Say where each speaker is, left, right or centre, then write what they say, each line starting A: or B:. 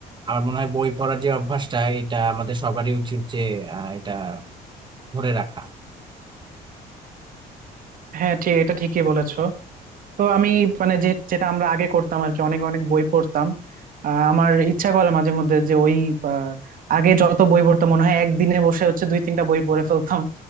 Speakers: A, on the right; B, on the right.
A: আমার মনে হয় বই পড়ার যে অভ্যাসটা এটা আমাদের সবারই উচিত যে আহ, এটা ধরে রাখা
B: হ্যাঁ ঠিক এটা ঠিকই বলেছো তো আমি মানে যে যেটা আমরা আগে করতাম আর কি অনেক অনেক বই পড়তাম আহ, আমার ইচ্ছা করে মাঝে মধ্যে যে ওই আহ, আগে যত বই পড়তাম মনে হয় একদিনে বসে হচ্ছে দুই তিনটা বই পড়ে ফেলতাম